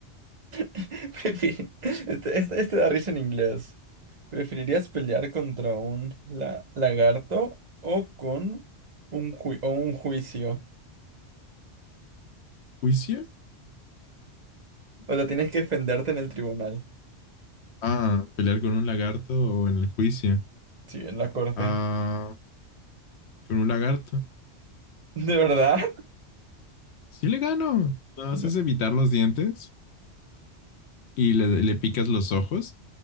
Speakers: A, on the right (about 45°); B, on the left (about 70°).
A: Prefir- Este, este- este da risa en inglés. ¿Preferirías pelear contra un la- lagarto o con un, ju- o un juicio?
B: ¿Juicio?
A: O sea, tienes que defenderte en el tribunal.
B: Ah, pelear con un lagarto o en el juicio.
A: Sí, en la corte.
B: Ah, con un lagarto.
A: <laughs> ¿De verdad?
B: Sí le gano. Nada más
A: No.
B: es
A: O
B: evitar los dientes y le, le picas los ojos